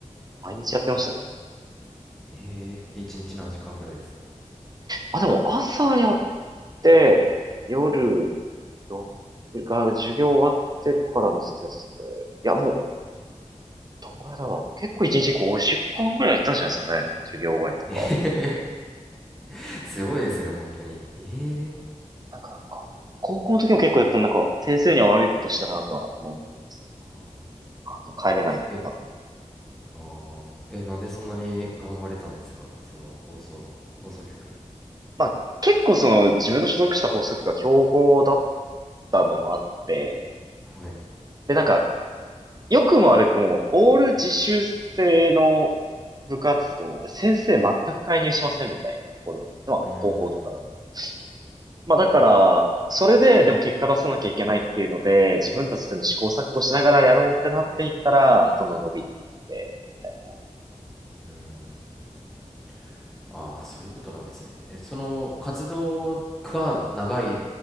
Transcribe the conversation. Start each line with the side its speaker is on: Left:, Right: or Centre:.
Right: 毎日やってましたね。
Centre: ええ一日何時間ぐらいですか。
Right: あ、でも朝やって夜ろくが授業終わってからもずっとやってたんで、いやもうどんぐらいだろう。結構1日50間ぐらいやってたんじゃないですかね。授業終わりとか。
Centre: ええ <laughs> すごいですね、本当に。ええ
Right: なんかなんか、高校の時も結構やったんでなんか先生には悪いことしたなとは今思ってますけど。
Centre: あ
Right: あと帰れないんで多分。
Centre: ーえ、あーえ、なんでそんなに頑張れたんですか、その放送、放送局。
Right: まあ結構その自分の所属した放送局が強豪だったのもあって、
Centre: はい。
Right: でなんか良くも悪くも、オール自習制の部活動で先生全く介入しませんみたいなところだったんです。まあ、
Centre: うーん、
Right: 高校とかだと。まあ、だから、それででも結果出さなきゃいけないっていうので、自分たちでも試行錯誤しながらやろうってなっていったら、どんどん伸びていって、みたいな。
Centre: うーん。ああ、そういうことなんですね。え、その活動が長い